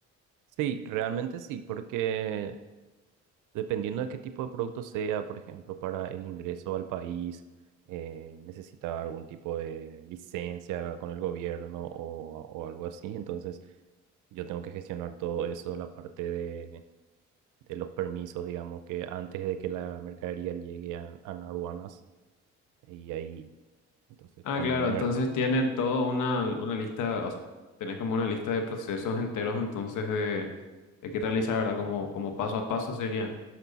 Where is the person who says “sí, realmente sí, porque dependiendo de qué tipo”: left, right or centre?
Right